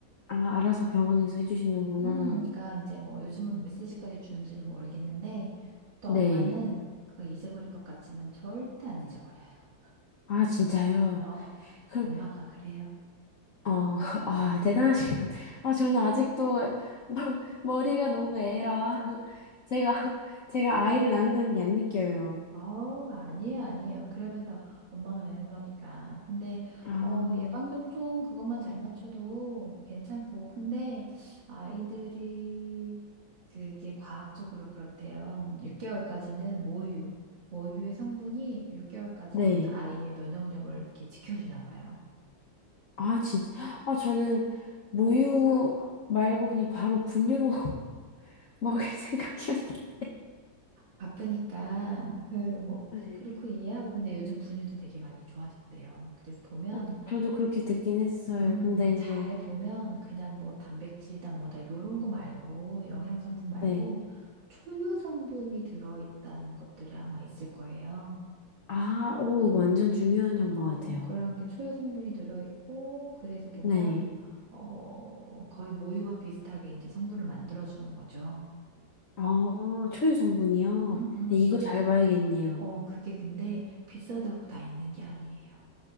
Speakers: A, on the left; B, on the right.
A: 아, 알아서 병원에서 해주시는구나.
B: 음, 그러니까 이제 뭐 요즘은 메시지까지 주는지는 모르겠는데 또
A: 네.
B: 엄마는 그거 잊어버릴 것 같지만 절대 안 잊어버려요.
A: 아, 진짜요?
B: 어,
A: 그럼
B: 엄마가 그래요.
A: 어, <laughs> 아, 대단하시군. 아, 저는 아직도 머- 머리가 너무 애라. <laughs> 제가, 제가 아이를 낳는다는 게 안 믿겨요.
B: 아우, 아니에요, 아니에요. 그러면서 엄마가 되는 거니까. 근데
A: 아,
B: 어, 예방접종 그것만 잘 맞춰도 괜찮고 근데 아이들이 그게 과학적으로 그렇대요. 6개월까지는 모유, 모유의 성분이 6개월까지는
A: 네.
B: 아이의 면역력을 이렇게 지켜주나 봐요.
A: 아, 진짜. 아, 저는 모유 말고 그냥 바로 분유로 <laughs> 먹을 생각이었는데.
B: 바쁘니까 그 뭐
A: 네.
B: 그렇고 이해하고 근데 요즘 분유도 되게 많이 좋아졌대요. 그래서 보면
A: 아, 저도 그렇게 듣긴 했어요.
B: 음,
A: 근데 이제,
B: 잘 보면 그냥 뭐 단백질이다 뭐다 요런 거 말고 영양 성분 말고
A: 네.
B: 초유 성분이 들어 있다는 것들이 아마 있을 거예요.
A: 아, 오, 이거 완전 중요한 정보
B: 어,
A: 같아요.
B: 그런 게 초유 성분이 들어 있고 그래서 보면
A: 네.
B: 어, 거의 모유와 비슷하게 이제 성분을 만들어 주는 거죠.
A: 어, 초유 성분이요?
B: 음, 음.
A: 네, 이거 잘
B: 그,
A: 봐야겠네요.
B: 어, 그게 근데 비싸다고 다 있는 게 아니에요.